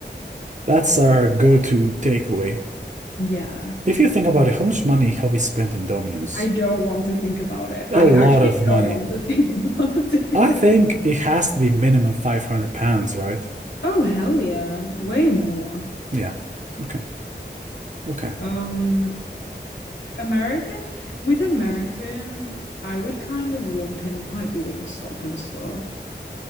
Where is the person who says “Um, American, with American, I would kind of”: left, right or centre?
Left